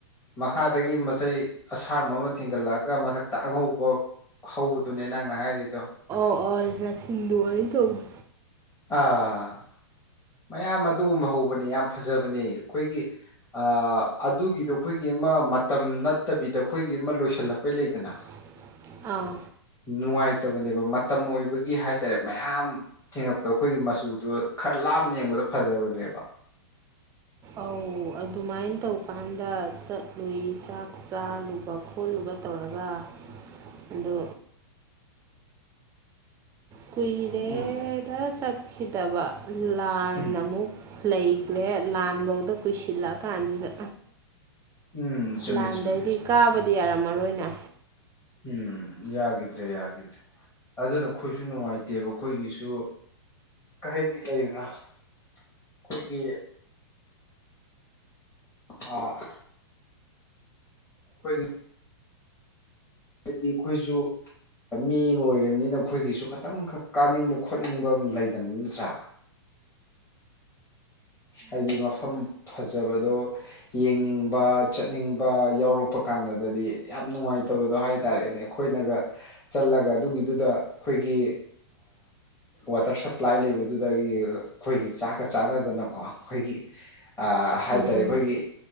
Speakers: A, on the left (about 20°); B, on the right (about 20°).
A: ꯃꯈꯥꯗꯒꯤ ꯃꯆꯩ ꯑꯁꯥꯡꯕ ꯑꯃ ꯊꯤꯡꯒꯠꯂꯛꯑꯒ ꯃꯊꯛꯇ ꯑꯉꯧꯕ ꯍꯧꯕꯗꯨꯅꯦ ꯅꯪꯅ ꯍꯥꯏꯔꯤꯗꯣ
B: ꯑꯣꯜ ꯂꯁꯤꯡꯒꯤ ꯑꯗꯨꯃꯥꯏ ꯇꯧꯕꯗꯨ
A: ꯑꯥ ꯃꯌꯥꯝ ꯑꯗꯨꯒꯨꯝꯕ ꯍꯧꯕꯅꯦ ꯌꯥꯝ ꯐꯖꯕꯅꯦ ꯑꯩꯈꯣꯏꯒꯤ ꯑ ꯑꯗꯨꯒꯤꯗꯨ ꯑꯈꯣꯏꯒꯤ ꯑꯃ ꯃꯇꯝ ꯅꯠꯇꯕꯤꯗ ꯑꯈꯣꯏꯒꯤ ꯃ ꯂꯣꯏꯁꯤꯜꯂꯛꯄꯩ ꯂꯩꯗꯅ
B: <inaudible> ꯑꯥ
A: ꯅꯨꯡꯉꯥꯏꯇꯕꯅꯦꯕ ꯃꯇꯝ ꯑꯣꯏꯕꯒꯤ ꯍꯥꯏꯇꯥꯔꯦ ꯃꯌꯥꯝ ꯗꯣ ꯑꯩꯈꯣꯏꯒꯤ ꯃꯆꯨꯗꯣ ꯈꯔ ꯂꯥꯞ ꯅ ꯌꯦꯡꯕꯗ ꯐꯖꯕꯅꯦꯕ
B: ꯑꯧ ꯑꯗꯨꯃꯥꯏꯟ ꯇꯧꯀꯥꯟꯗ ꯆꯠꯂꯨꯏ ꯆꯥꯛ ꯆꯥꯔꯨꯕ ꯈꯣꯠꯂꯨꯕ ꯇꯧꯔꯒ ꯑꯗꯣ ꯀꯨꯏꯔꯦꯗ
A: ꯎꯝ
B: ꯆꯠꯈꯤꯗꯕ ꯂꯥꯟ
A: ꯎꯝ
B: ꯑꯃꯨꯛ ꯂꯩꯈꯦ ꯂꯥꯟꯐꯧꯗ ꯀꯨꯏꯁꯤꯜꯂꯛꯑ ꯀꯥꯟꯁꯤꯗ
A: ꯎꯝ ꯆꯨꯝꯃꯦ
B: ꯂꯥꯟꯗꯩꯗꯤ
A: ꯆꯨꯝꯃꯦ
B: ꯀꯥꯕꯗꯤ ꯌꯥꯔꯝꯃꯔꯣꯏꯅ
A: ꯎꯝ ꯌꯥꯒꯤꯗ꯭ꯔꯦ ꯌꯥꯒꯤꯗ꯭ꯔꯦ ꯑꯗꯨꯅ ꯑꯩꯈꯣꯏꯁꯨ ꯅꯨꯡꯉꯥꯏꯇꯦꯕ ꯑꯩꯈꯣꯏꯒꯤꯁꯨ ꯀ ꯍꯥꯏꯗꯤ ꯂꯩꯗꯅ ꯑꯩꯈꯣꯏꯒꯤ ꯑ <unintelligible> ꯍꯥꯏꯗꯤ ꯑꯩꯈꯣꯏꯖꯨ ꯃꯤ ꯑꯃ ꯑꯣꯏꯔꯝꯅꯤꯅ ꯑꯩꯈꯣꯏꯒꯤꯁꯨ ꯈꯇꯪꯈꯛ ꯀꯥꯅꯤꯡꯕ ꯈꯣꯠꯅꯤꯡꯕ ꯑꯃ ꯂꯩꯗꯅ ꯅꯠꯇ꯭ꯔꯥ ꯍꯥꯏꯗꯤ ꯃꯐꯝ ꯐꯖꯕꯗꯣ ꯌꯦꯡꯅꯤꯡꯕ ꯆꯠꯅꯤꯡꯕ ꯌꯥꯎꯔꯛꯄ ꯀꯥꯟꯗꯒꯗꯤ ꯌꯥꯝ ꯅꯨꯡꯉꯥꯏꯇꯕꯗꯣ ꯍꯥꯏꯇꯥꯔꯦꯅꯦ ꯑꯩꯈꯣꯏꯅꯒ ꯆꯠꯂꯒ ꯑꯗꯨꯒꯤꯗꯨꯗ ꯑꯩꯈꯣꯏꯒꯤ ꯋꯥꯇꯔ ꯁꯄ꯭ꯂꯥꯏ ꯂꯩꯕꯗꯨꯗꯒꯤ ꯑꯩꯈꯣꯏꯒꯤ ꯆꯥꯛꯀ ꯆꯥꯟꯅꯗꯅꯀꯣ ꯑꯩꯈꯣꯏꯒꯤ ꯑ ꯍꯥꯏꯇꯥꯔꯦ
B: ꯎꯝ
A: ꯑꯩꯈꯣꯏꯒꯤ